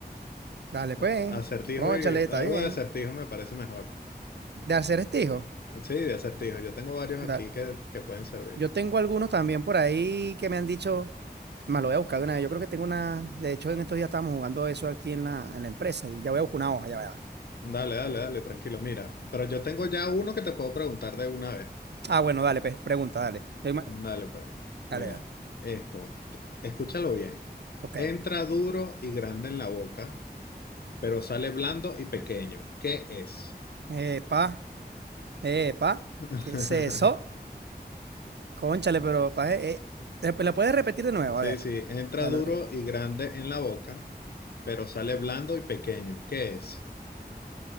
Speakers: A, on the right; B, on the left.
A: Dale,
B: Ah,
A: pues.
B: Acertijo
A: Cónchale,
B: y
A: está
B: algo
A: bien.
B: de acertijo me parece mejor.
A: De hacer estijo.
B: Sí, de acertijo. Yo tengo varios aquí
A: da-
B: que, que pueden servir.
A: Yo tengo algunos también por ahí que me han dicho, me lo voy a buscar de una vez. Yo creo que tengo una. De hecho, en estos días estábamos jugando eso aquí en la, en la empresa y ya voy a buscar una hoja, ya va.
B: Dale, dale, dale, tranquilo. Mira, pero yo tengo ya uno que te puedo preguntar de una vez.
A: Ah, bueno, dale, pues. Pregunta, dale. Eh, ma-
B: Dale, pues. Mira,
A: Dale, dale.
B: esto. Escúchalo bien.
A: Ok.
B: Entra duro y grande en la boca pero sale blando y pequeño. ¿Qué es?
A: Epa, epa.
B: <laughs>
A: ¿Qué es eso? Cónchale, pero, pa, eh, eh, ¿la puedes repetir de nuevo?
B: Sí,
A: A ver.
B: sí, entra
A: Dale
B: duro
A: otra vez.
B: y grande en la boca, pero sale blando y pequeño. ¿Qué es?